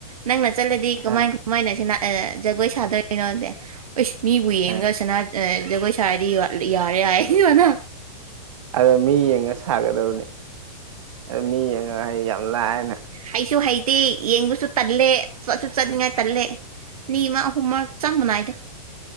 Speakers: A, on the right; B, on the right.
A: ꯅꯪꯅ ꯆꯠꯂꯗꯤ ꯀꯃꯥꯏ
B: ꯑꯥ
A: ꯀꯃꯥꯏꯅ ꯁꯤꯅ ꯑꯗ ꯖꯒꯣꯏ ꯁꯥꯗꯣꯏꯅꯣ ꯑꯁ ꯃꯤꯕꯨ ꯌꯦꯡꯉꯒ
B: ꯑꯥ
A: ꯁꯅꯥ ꯑꯗꯣꯏ ꯁꯥꯏꯗ ꯌꯔꯦ ꯌꯥ ꯁꯤ ꯋꯥꯅ
B: ꯑꯗꯣ ꯃꯤ ꯌꯦꯡꯉ ꯁꯥꯒꯗꯕꯅꯤ ꯑ ꯃꯤ ꯌꯦꯡꯉꯒ ꯑꯩ ꯌꯥꯝ ꯂꯥꯏꯅ
A: ꯍꯩꯁꯨ ꯍꯩꯇꯦ ꯌꯦꯡꯕꯨꯁꯨ ꯇꯜꯂꯦ ꯆꯠꯁꯨ ꯆꯠꯅꯤꯡꯉꯥꯏ ꯇꯜꯂꯦ ꯑꯅꯤ ꯑꯃ ꯑꯍꯨꯝꯃ ꯆꯥ ꯃꯅꯥꯏꯒ